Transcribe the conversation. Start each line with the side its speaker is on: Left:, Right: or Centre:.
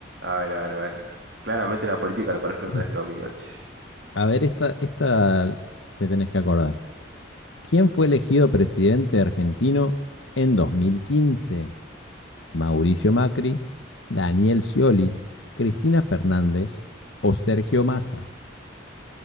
Right: A ver, a ver, a ver. Claramente la política al parecer
Left: <clears throat>
Right: no es lo mío, che.
Left: A ver, esta, esta te tenés que acordar. ¿Quién fue elegido presidente argentino en 2015? Mauricio Macri, Daniel Scioli, Cristina Fernández o Sergio Massa.